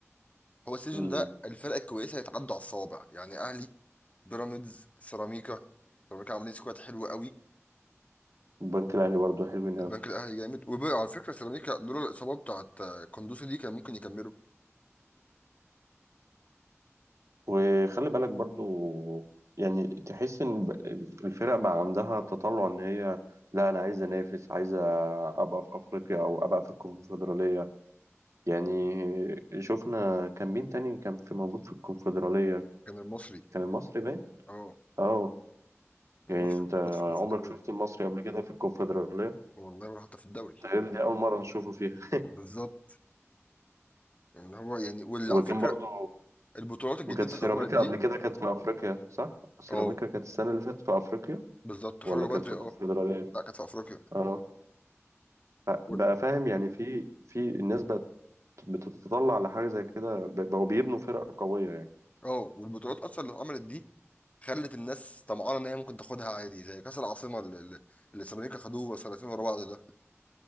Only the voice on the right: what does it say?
أمم.
البنك الأهلي برضه حلوين
أوي
وخلي بالك برضو يعني تحس ان ب- الفرق بقى عندها تطلع ان هي لا انا عايز انافس عايز ابقى في افريقيا او ابقى في الكونفدراليه يعني شفنا كان مين تاني كان في موجود في الكونفدراليه
كان المصري باين
اه
يعني انت
عمرك شفت المصري قبل كده في الكونفدراليه
تقريبا دي اول مره نشوفه فيها
وكان
برضو
وكانت سيراميكا
قبل كده كانت في افريقيا صح سيراميكا
كانت السنه اللي فاتت في افريقيا
ولا
كانت
في الكونفدراليه
اه
بقى فاهم يعني في في الناس بقت بتتطلع لحاجة زي كده ب- بقوا بيبنوا فرق قوية يعني